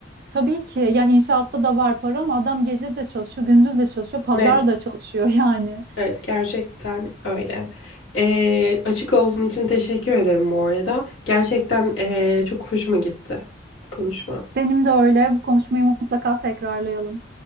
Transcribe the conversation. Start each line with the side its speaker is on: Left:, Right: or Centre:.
Right: Tabii ki yani inşaatta da var para ama adam gece de çalışıyor, gündüz de çalışıyor, pazar
Left: Evet,
Right: da çalışıyor <laughs> yani.
Left: evet gerçekten öyle. Ee, açık olduğun için teşekkür ederim bu arada. Gerçekten ee, çok hoşuma gitti konuşma.
Right: Benim de öyle. Bu konuşmayı mutlaka tekrarlayalım.